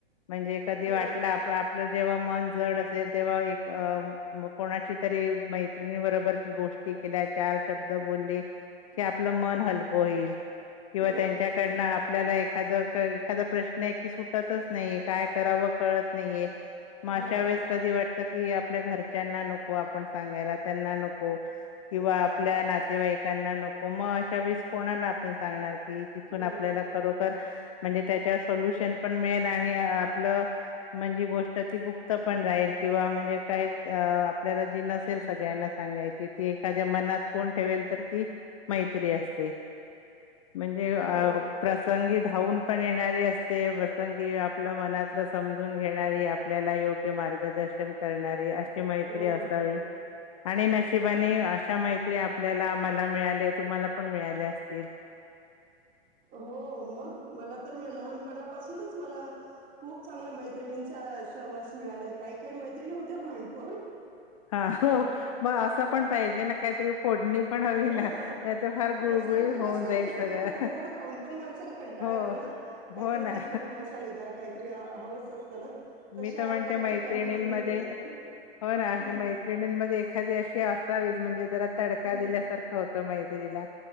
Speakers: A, on the left; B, on the right.
A: म्हणजे कधी
B: बरोबर,
A: वाटलं आप आपलं जेव्हा. मन जड असेल तेव्हा. एक अं.. कोणाची तरी मैत्रिणीबरोबर गोष्टी केल्या- चार शब्द बोलले की. आपलं मन हलकं होईल. किंवा
B: बरोबर.
A: त्यांच्याकडून आपल्याला एक. एखादं एखादा प्रश्न आहे की. सुटतच नाहीये काय करावं कळत नाहीये. मग अशा
B: हां,
A: वेळेस कधी वाट- वाटत की आपल्या घरच्यांना नको आपण सांगायला, त्यांना नको किंवा आपल्या नातेवाईक त्यांना नको मग अशा वेळीस कोणाला आपण सांगणार की जिथून
B: बरोबर.
A: आपल्याला खरोखर - म्हणजे त्यांच्यावर सोल्युशन पण मिळेल आणि आपलं म्हणजे गोष्ट ती खूप- पण राहील किंवा म्हणजे काय आपल्याला जी नसेल सगळ्यांना सांगायची ती एखाद्या मन ना फोन ठेवेल तर ती मैत्री असते. म्हणजे अ
B: हो, बरोबर.
A: प्रसंगी. धावून पण येणारी असते, प्रसंगी आपलं मनातलं समजून घेणारी, आपल्याला योग्य योग्य मार्गदर्शन करणारी अशी मैत्री
B: हो,
A: असावी.
B: बरोबर.
A: आणि नशिबाने अशा मैत्री आपल्याला, मला मिळाल्या... तुम्हाला पण मिळाल्या असतील!
B: हो मग, मला तर लहानपणापासूनच मला- खूप चांगल्या मैत्रिणींचा सहवास मिळालाय. काही-काही मैत्रिणी होत्या भांडखोर!
A: हा, हो
B: हां,
A: मग! असं पण पाहिजे ना काहीतरी फोडणी- पण हवी
B: हा,
A: ना, नाहीतर फार गुळगुळीत
B: सारखं
A: होऊन
B: कसंय
A: जाईल
B: माहितीय
A: सगळं.
B: का, गोड-गोड खाऊन पण माणसाला कंटाळा
A: हो,
B: येतो ना! काहीतरी
A: हो ना.
B: तिखट, मसालेदार काहीतरी हवंच असतं ना. तशा
A: मी तर म्हणते
B: टाईपच्या
A: मैत्रिणींमध्ये
B: त्या मैत्रिनी. होत्या.
A: हो ना, अशी
B: हं,
A: मैत्रिणींमध्ये एखादी अशी असावीच. म्हणजे जरा तडका
B: हां,
A: दिल्यासारखा होतं मै- मैत्रिणीला.